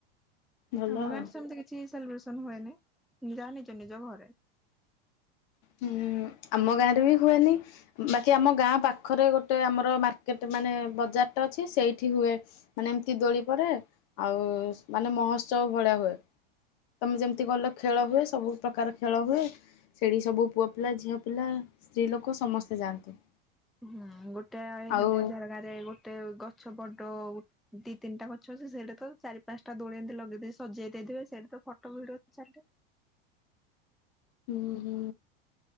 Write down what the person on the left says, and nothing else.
ଭଲ
ଆଉ
ହୁଁ ଆମ ଗାଁ ରେ ବି ହୁଏନି ବାକି ଆମ ଗାଁ ପାଖରେ ଗୋଟେ ଆମର ମାର୍କେଟ୍ ମାନେ ବଜାର ଟା ଅଛି ସେଇଠି ହୁଏ ମାନେ ଏମିତି ଦୋଳି ପରେ ଆଉ ମାନେ ମହୋଉତ୍ସବ ଭଳିଆ ହୁଏ ତମେ ଯେମିତି କହିଲ ଖେଳ ହୁଏ ସବୁ ପ୍ରକାର ଖେଳ ହୁଏ ସେଇଠି ସବୁ ପୁଅ ପିଲା ଝିଅ ପିଲା ସ୍ତ୍ରୀ ଲୋକ ସମସ୍ତେ ଯାଆନ୍ତି
ଆଉ
ହୁଁ ହୁଁ